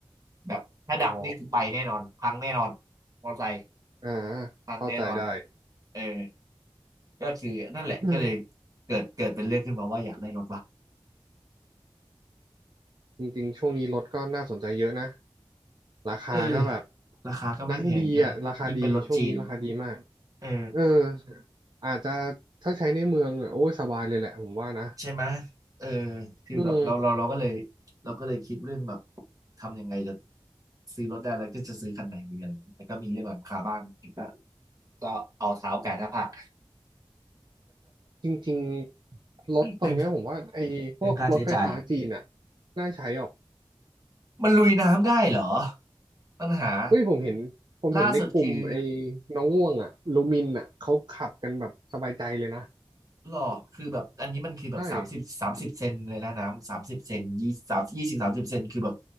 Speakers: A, on the right; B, on the right.
A: แบบถ้าดับนี่คือไปแน่นอนพังแน่นอน
B: อ๋อ
A: มอเตอร์ไซค์
B: อ่า
A: พังแน่นอน
B: เข้าใจได้
A: เออก็คือนั่นแหละก็เลย
B: อืม
A: เกิดเกิดเป็นเรื่องขึ้นมาว่าอยากได้รถว่ะ
B: จริงๆ ช่วงนี้รถก็น่าสนใจเยอะนะ ราคาก็แบบ
A: เออราคาก็ไม่แพงใช่ไหมยิ่งเป็นรถจีน
B: นะดีอ่ะราคาดี ช่วงนี้ราคาดีมาก
A: เออ
B: เอออาจจะถ้าใช้ในเมืองอะโอ้ยสบายเลยแหละผมว่านะ
A: ใช่ไหมเออคือแบบเราเราเราก็เลย
B: อืม
A: เราก็เลยคิดเรื่องแบบทำยังไงจะซื้อรถได้แล้วก็จะซื้อคันไหนดีอะไรอย่างเงี้ยแต่ก็มีเรื่องหลังคาบ้านอีกก็ก็เอาเท้าไก่หน้าผาก
B: จริงๆ รถตอนเนี้ยผมว่าไอ้พวกรถไฟฟ้าจีนอ่ะ
A: <laughs> เรื่องเรื่องค่าใช้จ่าย
B: น่าใช้ออก
A: มันลุยน้ำได้เหรอปัญหา
B: เฮ้ย ผมเห็น ผมเห็นในกลุ่มไอ้
A: ล่าสุดคือ
B: น้องง่วงอ่ะลูมินอ่ะเขาขับกันแบบสบายใจเลยนะ
A: หรอคือแบบอันนี้มันคือแบบสามสิบสามสิบเซนเลยนะน้ำสามสิบเซนยี่สามยี่สิบสามสิบเซนคือแบบ
B: ใช่